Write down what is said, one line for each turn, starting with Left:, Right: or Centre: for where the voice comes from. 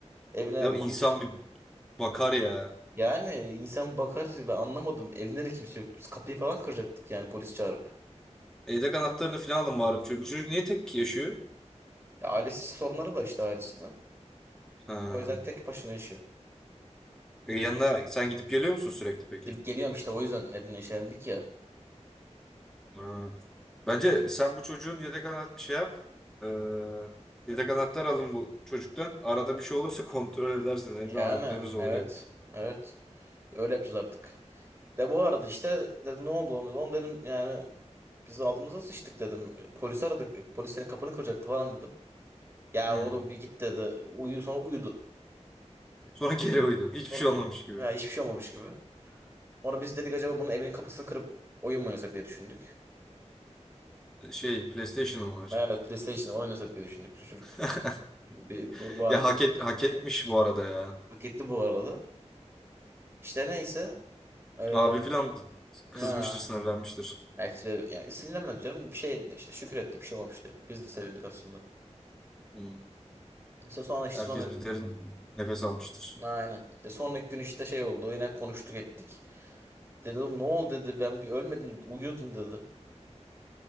Right: Evine
Centre: Ya
Right: polis
Centre: insan bir bakar ya.
Right: yani insan bakar ben anlamadım. Evinde de kimse yok. Biz kapıyı falan kıracaktık yani polis çağırıp.
Centre: Evde anahtarını falan alın bari. Bu Çocuk, bu çocuk niye tek yaşıyor?
Right: Ya ailesi sorunları var işte ailesiyle.
Centre: Ha.
Right: O yüzden tek başına yaşıyor.
Centre: E, yanına sen gidip geliyor musun sürekli peki?
Right: Dip geliyorum işte o yüzden Edirne işelendik ya.
Centre: Ha. Bence sen bu çocuğun yedek anahtar şey yap. E, yedek anahtar alın bu çocuktan. Arada bir şey olursa kontrol edersiniz. Evde
Right: Yani
Centre: anahtarınız olur.
Right: evet.
Centre: Ev.
Right: Evet. Öyle yapacağız artık. De bu arada işte dedim ne oldu onu. Onu dedim yani biz altımıza sıçtık dedim. Polisi aradık. Polis senin kapını kıracaktı falan dedim. Ya
Centre: Hı.
Right: oğlum bir git dedi. Uyu, sonra uyudu.
Centre: Sonra geri uyudum. Hiçbir
Right: Sonra
Centre: şey olmamış gibi.
Right: ha, hiçbir şey olmamış gibi. Sonra biz dedik acaba bunun evinin kapısını kırıp oyun mu oynasak diye düşündük.
Centre: Şey PlayStation'ım var.
Right: Evet PlayStation'da oynasak diye düşündük. Şu Çocuk
Centre: <laughs>
Right: bir, bu- var
Centre: Ya hak et, hak etmiş bu arada ya.
Right: hak etti bu arada. İşte neyse. Ee,
Centre: Abim falan kızmıştır,
Right: ha,
Centre: sinirlenmiştir.
Right: Alex Bey- yani sinirlenmedi canım. Bir şey işte şükür etti bir şey olmamıştı. Biz de sevindik aslında.
Centre: Hmm.
Right: İşte sonra işte
Centre: Herkes
Right: sonra
Centre: bir derin nefes almıştır.
Right: aynen. İşte sonraki gün işte şey oldu. Yine konuştuk ettik. Dedim ne oldu dedi ben bir ölmedim dedi. Uyuyordum dedi.